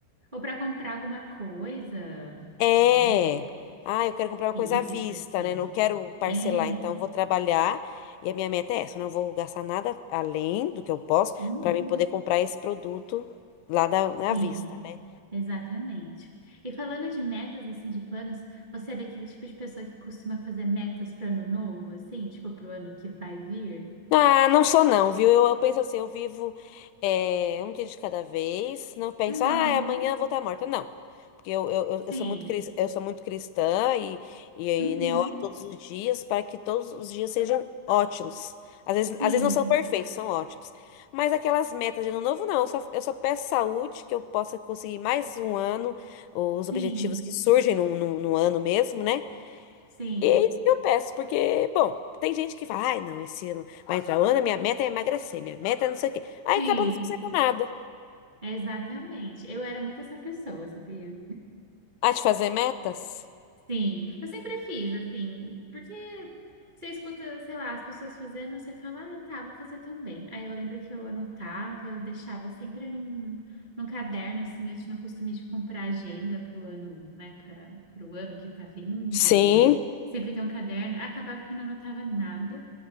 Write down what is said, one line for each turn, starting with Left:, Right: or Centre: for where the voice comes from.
Right: Ou para comprar alguma coisa,
Left: É.
Right: né?
Left: Ah, eu quero comprar uma
Right: Física,
Left: coisa à vista,
Right: sim.
Left: né? Não quero parcelar,
Right: É.
Left: então eu vou trabalhar e a minha meta é essa, eu não vou gastar nada além do que eu posso
Right: Uhum.
Left: pra mim poder comprar esse produto lá da, na
Right: Sim,
Left: vista, né?
Right: exatamente. E falando de metas, assim, de planos, você é daquele tipo de pessoa que costuma fazer metas para ano novo, assim, tipo para o ano que vai vir?
Left: Ah, não sou não, viu? Eu, eu penso assim, eu vivo eh, um dia de cada vez, não penso,
Right: Uhum.
Left: ah, amanhã eu vou estar morta. Não, porque eu, eu, eu
Right: Sim.
Left: eu sou muito, cris- eu sou muito cristã e, e,
Right: Uhum.
Left: e né, oro todos os dias para que todos os dias sejam ótimos. Às vezes,
Right: Sim.
Left: às vezes não são perfeitos, são ótimos. Mas aquelas metas de ano novo, não. Eu só, eu só peço saúde, que eu possa conseguir mais um ano, os objetivos
Right: Sim.
Left: que surgem no, no, no ano mesmo, né?
Right: Sim.
Left: E É isso que eu peço, porque, bom, tem gente que fala, ai, não, esse ano vai entrar o ano, minha meta é emagrecer, minha meta é não sei o quê. Aí
Right: Sim.
Left: acaba não fazendo nada.
Right: Exatamente. Eu era muito essa pessoa, sabia?
Left: A de fazer metas?
Right: Sim, eu sempre fiz, assim, porque você escuta, sei lá, as pessoas fazendo, você fala, ah, tá, vou fazer também. Aí eu lembro que eu anotava, deixava sempre num, num caderno, assim, eu tinha o costume de comprar agenda pro ano, né, para pro ano que tá vindo,
Left: Sim,
Right: e sempre ter um caderno. Acabava que eu não anotava nada,